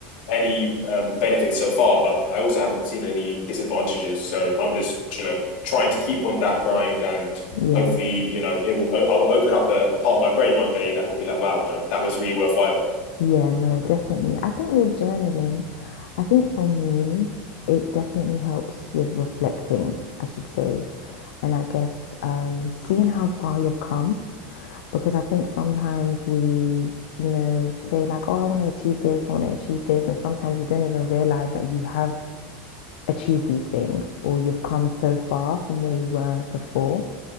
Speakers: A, on the left; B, on the left.
A: any um, benefits so far, but I also haven't seen any disadvantages. So I'm just, you know, trying to keep on that grind and
B: yeah.
A: hopefully, you know, it will, I'll open up a, a part of my brain one day that will be like, wow, like that was really worthwhile.
B: Yeah, no, definitely. I think with journaling, I think for me, it definitely helps with reflecting, I should say, and I guess um, seeing how far you've come. Because I think sometimes we, you know, say like, oh, I want to achieve this, I want to achieve this, and sometimes you don't even realize that you have achieved these things or you've come so far from where you were before.